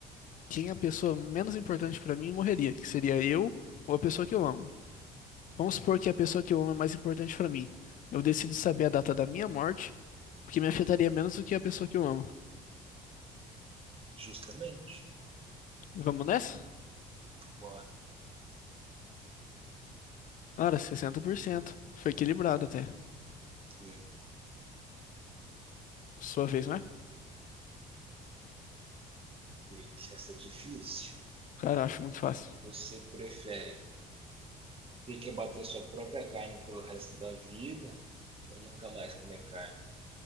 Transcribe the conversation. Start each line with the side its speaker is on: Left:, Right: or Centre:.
Left: quem a pessoa menos importante pra mim morreria, que seria eu ou a pessoa que eu amo. Vamos supor que a pessoa que eu amo é mais importante pra mim. Eu decido saber a data da minha morte, porque me afetaria menos do que a pessoa que eu amo.
Right: Justamente,
Left: Vamos nessa?
Right: bora,
Left: Cara, 60%. Foi equilibrado até.
Right: foi.
Left: Sua vez, né?
Right: Deixa essa é difícil.
Left: Cara, acho muito fácil.
Right: Você prefere ter que abater sua própria carne pelo resto da vida ou nunca mais comer carne?